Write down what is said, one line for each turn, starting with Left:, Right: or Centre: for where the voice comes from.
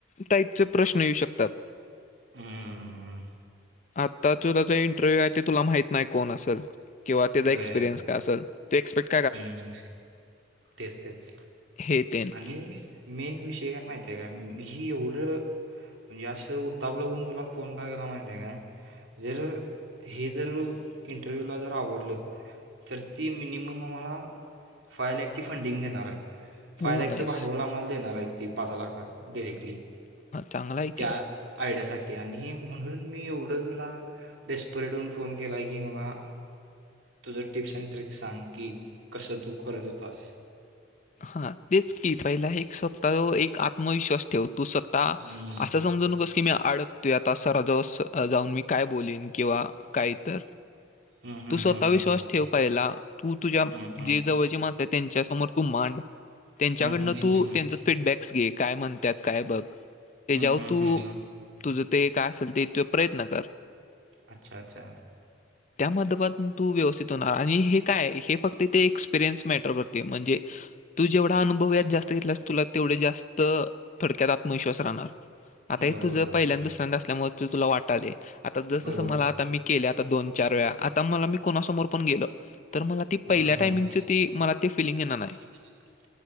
Left: टाईपचे प्रश्न येऊ शकतात.
Right: हम्मम.
Left: आता तुला जो इंटरव्ह्यू आहे ते तुला माहित नाही कोण असल. किंवा त्याचा
Right: होय
Left: एक्पिरियन्सय असल ते एक्स्पेक्ट
Right: हम्म, तेच, तेच,
Left: हे तेन
Right: आणि मी विषय काय माहिती आहे का ही एवढं हे असं उतावळा होऊन तुला फोन का केला माहितीय का? जर हे जर इंटरव्ह्यूला जर आवडलं तर ती मिनिमम आम्हाला, फायलॅकची फंडिंग देणार आहेत, फाय
Left: हो
Right: लॅकचं
Left: नाईस
Right: भांडवल आम्हाला देणार आहेत. पाच लाखाच डायरेक्टली,
Left: चांगला आहे
Right: त्या
Left: की
Right: आयडियासाठी. आणि म्हणून मी एवढं तुला डेेस्परेटऊन फोन केलाय की मला तुझं टिप्स अँड ट्रिकस सांग की कसं तू करत होतास.
Left: हा तेच की पहिला एक स्वतः एक आत्मविश्वास ठेव तू आता,
Right: हम्म.
Left: असं समजू नकोस की मी अडकतोय यात. आता सराजवळ जाऊन मी काय बोललीन किंवा काय तर
Right: हम्म, हम्म,
Left: तू स्वतः
Right: हम्म, हम्म,
Left: विश्वास
Right: हम्म.
Left: ठेव पाहिला तू तुझ्या
Right: हम्म, हम्म,
Left: जे जवळची माणस आहे त्यांच्या समोर तू मांड. त्यांच्याकडनं
Right: हम्म, हम्म,
Left: तू
Right: हम्म,
Left: त्यांच
Right: हम्म,
Left: फीडबॅकस घे. काय म्हणतात काय बघ, तेच्यावर
Right: हम्म, हम्म,
Left: तू,
Right: हम्म. हम्म.
Left: तुझं ते काय असेल ते त प्रयत्न कर.
Right: अच्छा! अच्छा!
Left: त्या माध्यमातून तू व्यवस्थित होणार आणि हे काय हे फक्त तेे एक्सपिरियन्स मॅटर करतय म्हणजे तू जेवढा अनुभव या जास्त घेतलास तुला तेवढे जास्त थोडक्यात आत्मविश्वास राहणार. आता हे
Right: बरोबर
Left: तुझं
Right: बरोबर
Left: पहिल्यांदा दुसऱ्यांद असल्यामुळे ते तुला वाटाले आता जस
Right: बरोबर
Left: जसं मला आता मी केलय दोन चार वेळा आता मला मी कोणासमोर पण गेल, तर मला ती
Right: हम्म,
Left: पहिल्या टायमिंगच ती मला ते फिलिंग येणार नाही.
Right: <unintelligible>